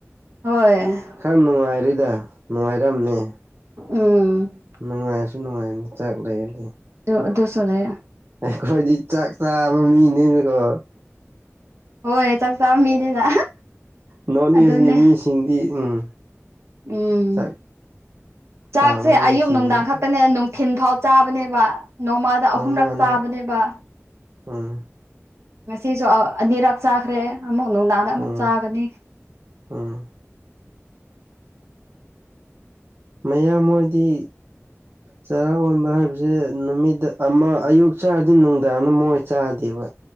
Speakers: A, on the right; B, on the right.
A: ꯍꯣꯏ
B: ꯈꯔ ꯅꯨꯡꯉꯥꯏꯔꯤꯗ ꯅꯨꯡꯉꯥꯏꯔꯝꯅꯤ
A: ꯎꯝ
B: ꯅꯨꯡꯉꯥꯏꯁꯨ ꯅꯨꯡꯉꯥꯏꯕꯅꯤ ꯆꯥꯛ ꯂꯩꯔꯗꯤ
A: ꯑꯗꯣ ꯑꯗꯨꯁꯨ ꯂꯩꯌꯦ
B: ꯑꯩꯈꯣꯏꯗꯤ ꯆꯥꯛ ꯆꯥꯕ ꯃꯤꯅꯤꯅꯀꯣ
A: ꯍꯣꯏ ꯆꯥꯛ ꯆꯥꯕ ꯃꯤꯅꯤꯅ
B: ꯅꯣꯔꯠ-ꯏꯁꯒꯤ
A: ꯑꯗꯨꯅꯦ
B: ꯃꯤꯁꯤꯡꯗꯤ ꯎꯝ
A: ꯎꯝ
B: ꯆꯥꯛ
A: ꯆꯥꯛꯁꯦ
B: ꯄꯥꯝꯕ ꯃꯤꯁꯤꯡꯅꯤꯅ
A: ꯑꯌꯨꯛ ꯅꯨꯡꯗꯥꯡ ꯈꯛꯇꯅꯦ ꯅꯨꯡ ꯊꯤꯟ ꯐꯥꯎ ꯆꯥꯕꯅꯦꯕ ꯅꯣꯡꯃꯥꯗ ꯑꯍꯨꯝꯔꯛ
B: ꯃꯥꯅꯦ
A: ꯆꯥꯕꯅꯦꯕ
B: ꯎꯝ
A: ꯉꯁꯤꯁꯨ ꯑꯅꯤꯔꯛ ꯆꯥꯈ꯭ꯔꯦ ꯑꯃꯨꯛ ꯅꯨꯡꯗꯥꯡꯗ ꯑꯃꯨꯛ
B: ꯎꯝ
A: ꯆꯥꯒꯅꯤ
B: ꯎꯝ ꯃꯌꯥꯡ ꯃꯣꯏꯗꯤ
A: <inaudible>
B: ꯆꯔꯥ ꯋꯥꯟꯕ ꯍꯥꯏꯕꯁꯦ ꯅꯨꯃꯤꯠ ꯑꯃ ꯑꯌꯨꯛ ꯆꯥꯔꯗꯤ ꯅꯨꯡꯗꯥꯡꯗ ꯃꯣꯏ ꯆꯥꯗꯦꯕ